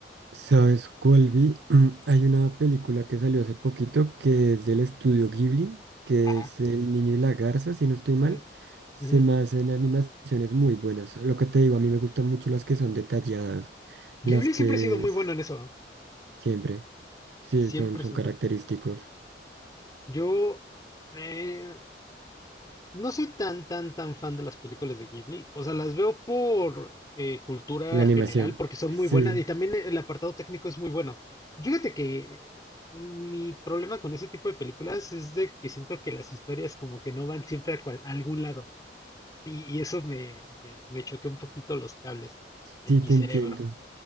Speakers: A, on the right; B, on the left.
A: ¿Sabes cuál vi? <clears throat> Hay una película que salió hace poquito que es del estudio Ghibli, que
B: Ah,
A: es El Niño y la Garza, si no estoy mal.
B: mm,
A: Se
B: ujú.
A: me hacen animaciones muy buenas. Lo que te digo, a mí me gustan mucho las que son detalladas, las
B: Ghibli
A: que
B: siempre ha sido muy
A: es-
B: bueno en eso, ¿no?
A: siempre, sí,
B: Siempre,
A: son, son
B: siempre.
A: característicos.
B: Yo eh, no soy tan, tan, tan fan de las películas de Ghibli. O sea, las veo por eh, cultura
A: La animación,
B: general, porque son
A: sí,
B: muy buenas y también el apartado técnico es muy bueno. Fíjate que mi problema con ese tipo de películas es de que siento que las historias como que no van siempre a cual- a algún lado. Y, y eso me, me, me choqueó un poquito los cables en
A: sí
B: mi
A: te
B: cerebro.
A: entiendo,